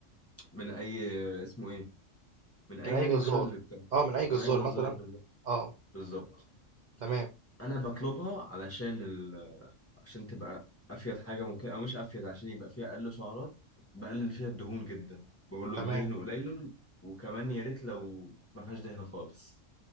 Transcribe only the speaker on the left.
من اي اسمه ايه من اي
يعني
محل بتاع
من اي جزار
بالظبط
بالظبط.
انا بطلبها علشان عشان تبقى افيد حاجه ممكن او مش افيد عشان يبقى فيها اقل سعرات بقلل فيها الدهون جدا بقول له
الدهن قليل وكمان يا ريت لو ما فيهاش دهن خالص